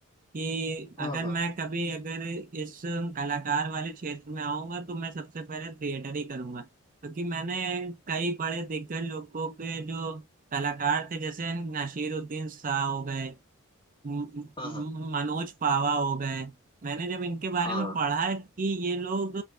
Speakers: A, on the right (about 40°); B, on the left (about 25°).
A: कि अगर
B: हाँ हाँ
A: मैं कभी अगर इस कलाकार वाले क्षेत्र में आऊंगा तो मैं सबसे पहले थिएटर ही करूंगा क्योंकि मैंने कई बड़े दिग्गज लोगों के जो कलाकार थे जैसे नासिरुद्दीन शाह हो गए म-
B: हाँ
A: म-
B: हाँ
A: मनोज पावा हो गए मैंने जब इनके बारे
B: हाँ
A: में पढ़ा कि ये लोग